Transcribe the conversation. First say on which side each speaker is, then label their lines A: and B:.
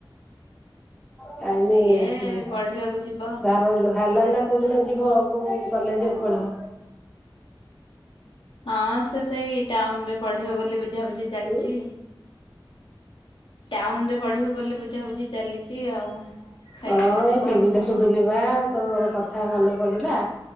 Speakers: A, in the centre; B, on the left.
A: ଡାଲି
B: ସିଏ
A: ହେଇଚି
B: ପଢିବାକୁ ଯିବ
A: ବାପ୍ ହେଲା ନା କୋଉ ଦିନ ଯିବ ଆଉ କୋଉ କଲେଜରେ ପଢିବ?
B: ହଁ ସେ ସେଇ ଟାଉନରେ ପଢିବ ବୋଲି ବୁଝାବୁଝି ଚାଲିଛି।
A: ଉଁ।
B: ଟାଉନରେ ପଢିବ ବୋଲି ବୁଝାବୁଝି ଚାଲିଛି ଆଉ ହେଇଗଲେ
A: ହଁ ଏଇ
B: ଯିବ
A: ଟିଭିି
B: ଆଉ
A: ଦେଖୁଥିଲି ବା ତୋ କଥା ମନ ପଡିଲା।